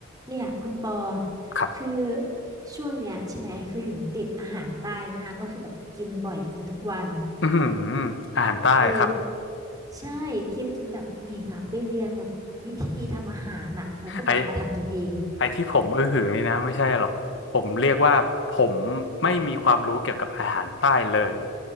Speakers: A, on the right (about 20°); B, on the left (about 60°).
A: เนี่ยคุณปอ
B: ครับ
A: คือช่วงเนี้ยใช่ไหมคือหญิงติดอาหารใต้มากก็คือแบบกินบ่อยกินทุกวัน
B: อือหืออาหารใต้ครับ
A: เออใช่กินจนแบบหญิงอ่ะไปเรียนแบบวิธีทำอาหารอ่ะแล้วก็แบบมาทำกินเอง
B: ไอไอที่ผมอื้อหือนี่นะไม่ใช่หรอกผมเรียกว่าผมไม่มีความรู้เกี่ยวกับอาหารใต้เลย